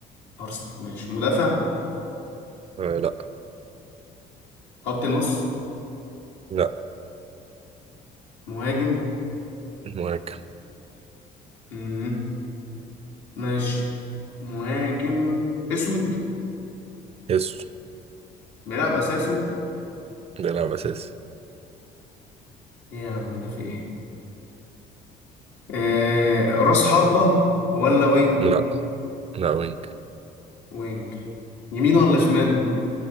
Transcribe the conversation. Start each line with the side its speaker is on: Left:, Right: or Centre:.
Left: أرسنال ماشي مدافع
Right: آه... لا
Left: خط نص
Right: لا
Left: مهاجم
Right: مهاجم
Left: مم. ماشي مهاجم أسود
Right: يسو
Left: بيلعب أساسي
Right: بيلعب اساسي
Left: إيه يا عم ده في إيه آه راس حربة ولا وينج
Right: لا لا وينج
Left: وينج يمين ولا شمال